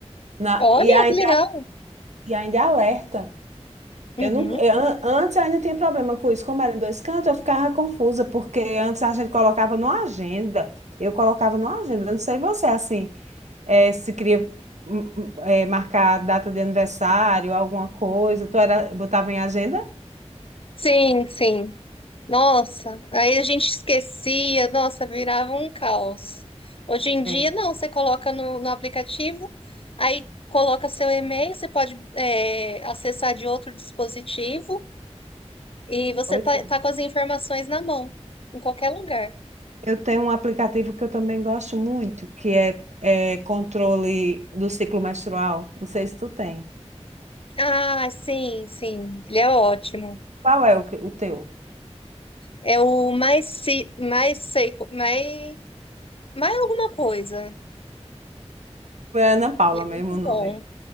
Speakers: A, on the right; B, on the left.
A: Na,
B: Olha
A: e ainda,
B: que legal!
A: e ainda alerta.
B: Uhum.
A: Eu nunca, eu an- antes eu ainda tinha problema com isso. Como era em dois cantos, eu ficava confusa, porque antes a gente colocava numa agenda. Eu colocava numa agenda, eu não sei você, assim, eh, se queria hum, hum, eh, marcar data de aniversário, alguma coisa, tu era, botava em agenda?
B: Sim, sim. Nossa, aí a gente esquecia, nossa, virava um caos. Hoje em dia,
A: É,
B: não, você coloca no, no aplicativo, aí coloca seu e-mail, você pode é, acessar de outro dispositivo e você
A: pois
B: tá,
A: é.
B: tá com as informações na mão, em qualquer lugar.
A: Eu tenho um aplicativo que eu também gosto muito, que é, é controle do ciclo menstrual. Não sei se tu tem.
B: Ah, sim, sim, ele é ótimo.
A: Qual é o, que- o teu?
B: É o mais, se mais seco, mais, mais alguma coisa.
A: É Ana Paula
B: Ele é
A: mesmo
B: muito
A: o nome.
B: bom.